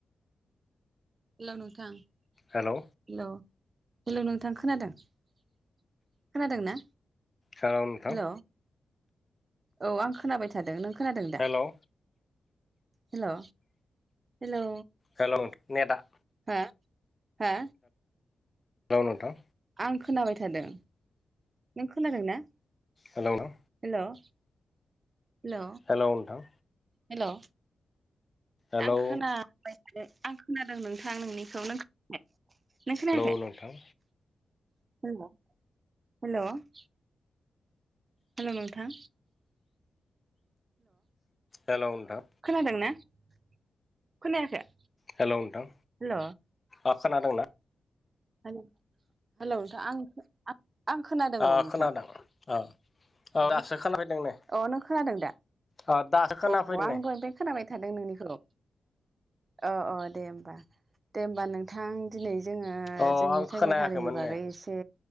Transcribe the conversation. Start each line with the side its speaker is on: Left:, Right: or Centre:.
Right: हेलौ नोंथां?
Left: हेलौ
Right: हेल' हेलौ नोंथां खोनादों खोनादों ना?
Left: हेलौ नोंथां
Right: हेल' औ आं खोनाबाय था खोनथादों नों खोनादों दा
Left: हेलौ
Right: हेलौ हेलौ।
Left: हेल' ने दा
Right: हा हा
Left: नोल नोंथां
Right: आं खोनाबाय थादों नों खोनादोंना?
Left: हेल' नोंथां
Right: हेल' हेल'
Left: हेलौ नोंथां
Right: हेल'
Left: हेलौ
Right: आं खोनाबाय थानो आं खोनादों नोंथां नोंनिखौ नों खोन <unintelligible> नों
Left: हेलौ
Right: खोनायाखै
Left: नोंथां
Right: हेल' हेल' हेल' नोंथां
Left: हेल' नोंथां
Right: खोनादों ना खोनायाखै
Left: हेल' नोंथां
Right: हेल'
Left: अ खोनादोंंना
Right: हेल' नोंथां आं आं खोनादों
Left: अ
Right: औ नोंथां
Left: खोनादों अ औ
Right: अ
Left: दासो खोनाफैदों नै
Right: अ नों खोनादों दा
Left: अ दासो खोनाफैदों
Right: अ आं
Left: नै
Right: दहायनिफ्राय खोनाबाय थादों नोंनिखौ अ अ दे होमबा दे होमबा नों थां दिनै जोङो
Left: अ
Right: जोंनि
Left: आं
Right: ट्राइबेल
Left: खोनायाखैमोन
Right: हारिनि बागै
Left: नै
Right: एसे